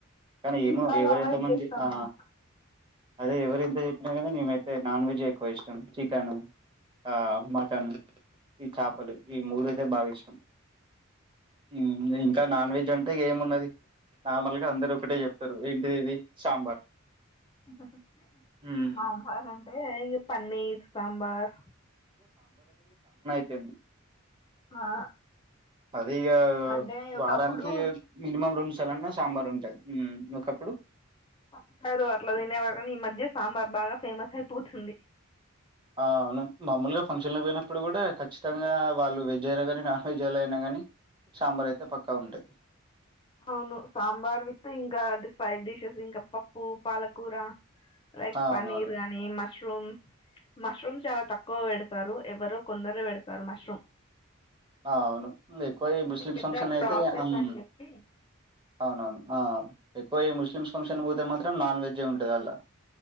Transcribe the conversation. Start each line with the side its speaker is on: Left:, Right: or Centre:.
Right: కానీ
Left: చికెన్
Right: ఏమో
Left: చాలా
Right: ఎవరు
Left: అవాయిడ్
Right: ఎంతో మంది
Left: చేస్తాం
Right: ఆ
Left: మేము
Right: అదే ఎవరు ఎంత చెప్పినా కానీ మేము అయితే నాన్ వెజ్ ఐ ఎక్కువ ఇష్టం. చికెను, ఆ మటన్. ఈ చాపలు ఈ మూడు అంటే బాగా ఇష్టం ఏంలే ఇంకా నాన్ వెజ్ అంటే ఏమున్నది నార్మల్ గా అందరు ఒకటే చెప్తారు ఏంటిది ఇది సాంబార్.
Left: హు
Right: హ్మ్.
Left: సాంబార్ అంటే ఇక పన్నీర్ సాంబార్
Right: ఎ
Left: ఆ
Right: అది ఇగ
Left: అంటే ఒకప్పుడు
Right: వారానికి మినిమం రెండు సార్లు అన్న సాంబార్ ఉంటది. హు కప్పుడు
Left: చెప్తారు అట్ల తినేవారాని ఈ మధ్య సాంబార్ ఫేమస్ అయిపోతుంది
Right: ఆ అవును మామూలుగా ఫంక్షన్ లో పోయినప్పుడు కూడా ఖచ్చితంగా వాళ్లు వెజ్ అయినా కానీ నాన్ వెజ్ అయినా కానీ సాంబార్ అయితే పక్క ఉంటది
Left: అవును సాంబార్ విత్ ఇంకా ఫైడ్ డిషెస్ ఇంకా పప్పు పాలకూర లైక్
Right: అవునవును
Left: పనీర్ అని మస్ మష్రూమ్ మష్రూమ్ చాలా తక్కువ పెడతారు ఎవరో కొందరే పెడతారు మష్రూమ్
Right: అవును ఎక్కువ ఈ
Left: అది
Right: ముస్లిం
Left: పెద్ద
Right: ఫంక్షన్ లో అయితే
Left: ప్రాసెస్
Right: ఆమ్
Left: అని చెప్పి
Right: అవును అవును ఆ ఎక్కువ ఇ ముస్లిమ్స్ ఫంక్షన్ పోతే మాత్రం నాన్ వెజ్ ఐ ఉంటది అలా